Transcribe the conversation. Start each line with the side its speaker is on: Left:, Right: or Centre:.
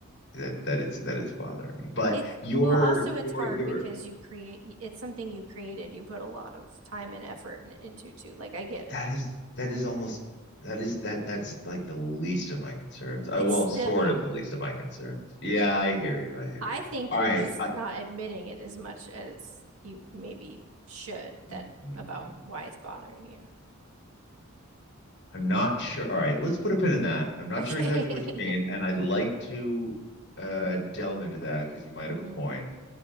Left: that that it's that it's bothering me. But
Right: It's
Left: your
Right: well, also it's
Left: your
Right: hard
Left: your
Right: because you create it's something you created. You put a lot of time and effort in- into too. Like I get
Left: that
Right: it.
Left: is that is almost that is that that's like the least of my concerns. I
Right: It's
Left: well
Right: still
Left: sort of the
Right: Mm.
Left: least of my concerns. Yeah, I hear you. I hear
Right: I
Left: you.
Right: think
Left: All
Right: you're
Left: right.
Right: just
Left: I,
Right: not admitting it as much as you maybe should
Left: mm,
Right: that
Left: mm,
Right: about
Left: mm.
Right: why it's bothering you.
Left: I'm not sure. All right, let's put a pin in that. I'm not
Right: Okay.
Left: sure exactly what you mean,
Right: <laughs>
Left: and I'd like to uh, delve into that because you might
Right: hmm
Left: have a point.